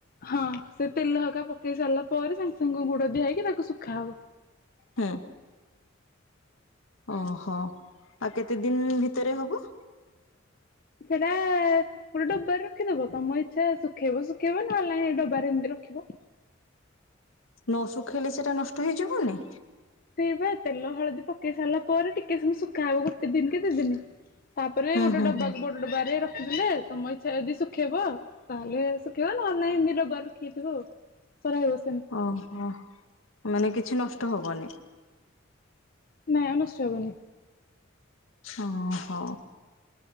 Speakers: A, on the left; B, on the left.
A: ହଁ ସେ ତେଲ ହେକା ପକେଇ ସାରିଲା ପରେ ସାଙ୍ଗେ ସାଙ୍ଗ ଗୁଡ ଦିଆ ହେଇକି ତାକୁ ଶୁଖା ହବ।
B: ହୁଁ। ଓହୋ ଆଉ କେତେ ଦିନ ଭିତରେ ହବ?
A: ସେଇଟା ଆ ଗୋଟେ ଡବାରେ ରଖିଦବ ତମ ଇଚ୍ଛା ଶୁଖେଇବ ଶୁଖେଇବ ନହେଲେ ନାଇ ସେ ଡବାରେ ଏମିତି ରଖିବ।
B: ନ ଶୁଖେଇଲେ ସେଇଟା ନଷ୍ଟ ହେଇଯିବନି?
A: ସେଇ ବା ତେଲ ହଳଦୀ ପକେଇ ସାରିଲା ପରେ ଟିକେ ସମୟ ଶୁଖା ହବ ଗୋଟେ ଦିନ କି ଦି ଦିନ। ତାପରେ
B: ହୁଁ
A: ଗୋଟେ
B: ହୁଁ
A: ଡବାକୁ
B: ହୁଁ
A: ବଡ ଡବାରେ ରଖିଦେଲେ ତମ ଇଛା ଯଦି ଶୁଖେଇବ ତାହେଲେ ସୁଖେଇବ ନହେଲେ ନାଇଁ ଏମିତି ଡବାରେ ରଖି ଦେଇଥିବ ଆଉ ସେମିତି ରହିବ
B: ଓହୋ ମାନେ କିଛି ନଷ୍ଟ ହବନି?
A: ନାଇଁ ମ ନଷ୍ଟ ହେବନି।
B: ଓ ହୋ।